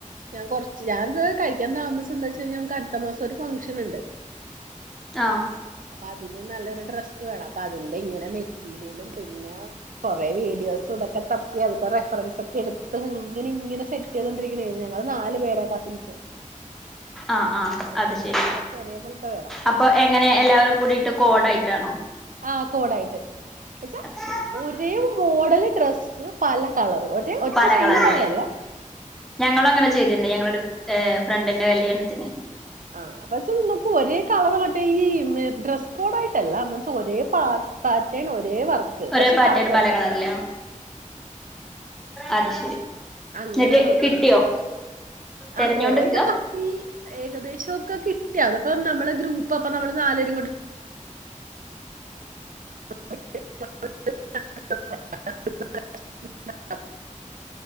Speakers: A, on the right; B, in the centre.
A: ഞാൻ കൊർച്ച് ഞാനത് കഴിക്കാൻ താമസം എന്താ വെച്ച് കഴിഞ്ഞ നമ്മക്ക് അടുത്ത മാസൊരു ഫങ്ഷന് ണ്ട്
B: ആ
A: അപ്പൊ അതിന് നല്ലൊരു ഡ്രസ്സ് വേണം അപ്പൊ അതിന്റെ ഇങ്ങനെ മെറ്റീരിയലും പിന്നെ കൊറെ വേടി യോസും ഇതൊക്കെ തപ്പി അതിന്റെ റഫറൻസൊക്കെ ട്ത്ത്ങ്ങനെ ഇങ്ങനെ സെറ്റ് ചെയ്തോണ്ടിരിക്കണെന്ന് ഞങ്ങള് നാല് പേര കസിൻസ്
B: ആ ആ
A: അപ്പൊ ഞങ്ങക്ക്
B: അത് ശരി
A: നാല് പേർക്ക് ഒരേ പോലത്തെ വേണം
B: അപ്പൊ എങ്ങനെ എല്ലാവരും കൂടിയിട്ട് കോഡായിട്ടാണോ
A: ആ കോടായിട്ട് ന്നച്ചാ
B: ശരി
A: ഒരേ മോഡല് ഡ്രസ്സ് പല കളർ ഒരേ ഒറ്റ
B: പല
A: സെയിം
B: കളറില്
A: കളറല്ല
B: ഞങ്ങളും അങ്ങനെ ചെ ങ്ങളെട് ഏ ഫ്രണ്ടിന്റെ കല്യാണത്തിന്
A: ആ പച്ചേ നിങ്ങക്കു ഒരേ കളറ് മറ്റേ ഈ ഡ്രസ്സ് കോഡായി ട്ടല്ല മീൻസ് ഒരേ പാ പാറ്റേണ് ഒരേ വർക്ക്
B: ഒരേ
A: പക്ഷെ
B: പാറ്റേഡ്
A: കളർ വേറെ
B: പല കളറിലോ അത് ശരി
A: അങ്ങനെ
B: എന്നിട്ട്
A: നോക്കുന്നു
B: കിട്ടിയോ
A: ആ
B: തെരഞ്ഞോണ്ട്ക്കാ
A: കൊറയൊക്കെ തപ്പി ഏകദേശം ഓക്കെ കിട്ടി അതപ്പ നമ്മള് ഗ്രൂപ്പോക്കെ നമ്മള് നാല് പേരും കൂടി <unintelligible>